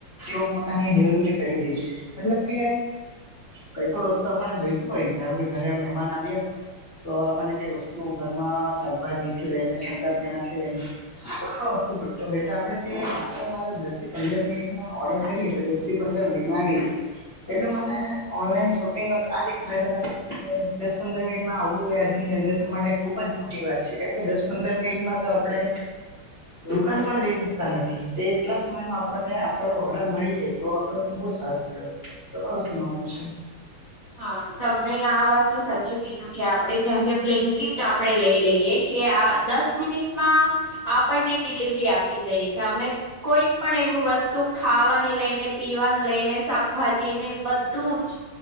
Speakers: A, on the left (about 50°); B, on the right (about 60°).
A: તેઓ પોતાની ડિલિવરી કરી દે છે મતલબ કે કઈ પણ વસ્તુ આપણને જોઈતું હોય જારો કે ઘરે મહેમાન આવ્યા હોય તો આપણને કઈ વસ્તુ ઘર માં શાકભાજી થી લઈને ઠંડા પીણા થી લઈને કોઈ પણ વસ્તુ ઘટતો હોય તો આપણે તે માત્રર દસ થી પંદર મિનિટમાં ઓર્ડર કરીએ એટલે દસ થી પંદર મિનિટમાં આવી જાય એટલે મને ઓનલાઈન શોપિંગ ન તો આજ એક ફાયદો લાગે છે કે દસ પંદર મિનિટમાં આવવું હોય આજની જનરેશન માટે ખુબ જ મોટી વાત છે કેમ કે દસ પંદર મિનિટમાં તો આપણે દુકાન પણ જઈ શકતા નથી તે કેટલા સમયમાં આપણને આપણો ઓર્ડર મળી જાય તો આપડ તો બહુ સારું કહેવાય તમાર સમાન હ છે
B: હા તમે આ વાત તો સાચું કીધું કે આપડણે જેમ કે બ્લેન્કેટ આપડણે લઈ લઈએ કે આ દસ મિનિટ માં આપણને ડિલિવરી આપી દઈ ત અમે કોઈ પણ એવું વસ્તુ ખાવાની લઈને પીવાની લઈને શાકભાજીને બધું જ